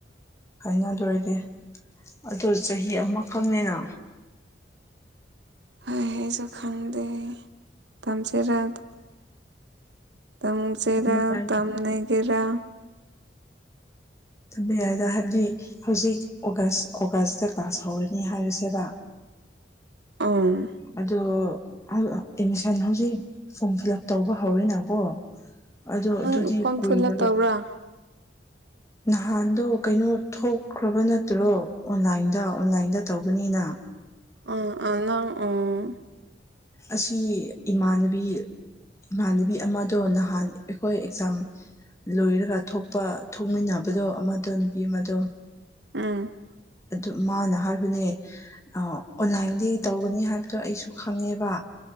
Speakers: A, on the left; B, on the right.
A: ꯈ ꯪꯗꯦ ꯑꯗꯨ ꯑꯣꯏꯔꯗꯤ ꯑꯗꯨ ꯆꯍꯤ ꯑꯃꯈꯛꯅꯤꯅ
B: ꯍꯣꯏ ꯑꯩꯁꯨ ꯈꯪꯗꯦ ꯇꯝꯁꯤꯔꯥ ꯇꯝ ꯆꯦꯔꯥ
A: ꯆꯨꯝꯕ ꯌꯥꯏ
B: ꯇꯝ ꯅꯒꯦꯔꯥ
A: ꯇꯝꯕ ꯌꯥꯏꯗ ꯍꯥꯏꯕꯗꯤ ꯍꯧꯖꯤꯛ ꯑꯣꯒꯁ ꯑꯣꯒꯁꯇ ꯀ꯭ꯂꯥꯁ ꯍꯧꯔꯅꯤ ꯍꯥꯏꯔꯤꯁꯦꯕ
B: ꯎꯝ
A: ꯑꯗꯣ ꯑꯦꯗꯃꯤꯁꯟ ꯍꯧꯖꯤꯛ ꯐꯣꯔꯝ ꯐꯤꯜ ꯑꯞ ꯇꯧꯕ ꯍꯧꯋꯦꯅꯀꯣ ꯑꯗꯣ
B: ꯅꯪ
A: ꯑꯗꯨꯗꯤ
B: ꯐꯣꯔꯝ
A: ꯀꯨꯏꯔꯒ
B: ꯐꯤꯜ ꯑꯞ ꯇꯧꯕ꯭ꯔꯥ
A: ꯅꯍꯥꯟꯗꯣ ꯀꯩꯅꯣ ꯊꯣꯛꯈ꯭ꯔꯕ ꯅꯠꯇ꯭ꯔꯣ ꯑꯣꯟꯂꯥꯏꯟꯗ ꯑꯣꯟꯂꯥꯏꯟꯗ ꯇꯧꯧꯕꯅꯤꯅ
B: ꯑꯨꯝ ꯑꯣ ꯅꯪ ꯎꯝ
A: ꯑꯁꯤ ꯏꯃꯥꯟꯅꯕꯤ ꯏꯃꯥꯟꯅꯕꯤ ꯑꯃꯗꯣ ꯅꯍꯥꯟ ꯑꯩꯈꯣꯏ ꯑꯦꯛꯖꯥꯝ ꯂꯣꯏꯔꯒ ꯊꯣꯛꯄ ꯊꯣꯛꯃꯤꯟꯅꯕꯗꯣ ꯑꯃꯗꯣ ꯅꯨꯄꯤ ꯑꯃꯗꯣ
B: ꯎꯝ
A: ꯑꯗꯨ ꯃꯥꯅ ꯍꯥꯏꯕꯅꯦ ꯑ ꯑꯣꯟꯂꯥꯏꯟꯗꯤ ꯇꯧꯒꯅꯤ ꯍꯥꯏꯕꯗꯣ ꯑꯩꯁꯨ ꯈꯪꯉꯦꯕ